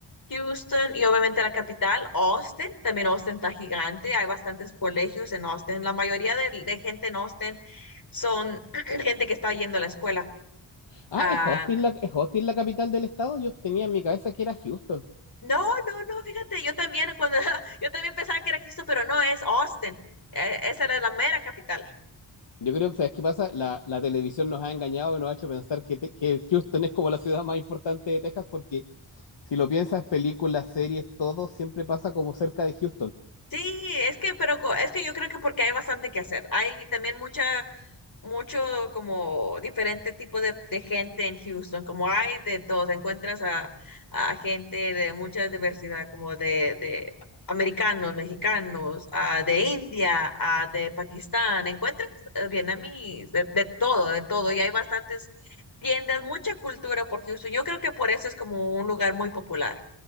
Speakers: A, on the left; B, on the left.
A: Houston y obviamente la capital, Austin. También Austin está gigante. Hay bastantes colegios en Austin. La mayoría de, de gente en Austin son <clears throat> gente que está yendo a la escuela.
B: Ah,
A: Ah,
B: es Austin la, es Austin la capital del estado. Yo tenía en mi cabeza que era Houston.
A: no, no, no, fíjate, yo también cuando <laughs> yo también pensaba que era Houston, pero no, es Austin. Eh, esa era la mera capital.
B: Yo creo que, ¿sabes qué pasa? La, la televisión nos ha engañado y nos ha hecho pensar que, te- que Houston es como la ciudad más importante de Texas, porque si lo piensas, películas, series, todo siempre pasa como cerca de Houston.
A: Sí, es que, pero co- es que yo creo que porque hay bastante que hacer. Hay también mucha, mucho como diferente tipo de, de gente en Houston, como hay de todo. Encuentras a, a gente de mucha diversidad, como de, de americanos, mexicanos, ah, de India, ah, de Pakistán. Encuentras eh, vietnamíes, de, de todo, de todo. Y hay bastantes tiendas, mucha cultura por Houston. Yo creo que por eso es como un lugar muy popular.